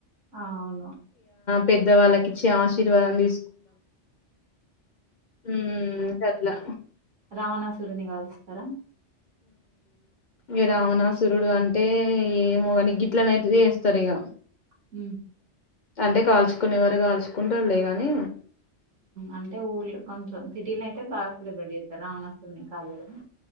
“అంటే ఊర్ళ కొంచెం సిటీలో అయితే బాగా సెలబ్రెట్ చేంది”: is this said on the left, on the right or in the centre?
Right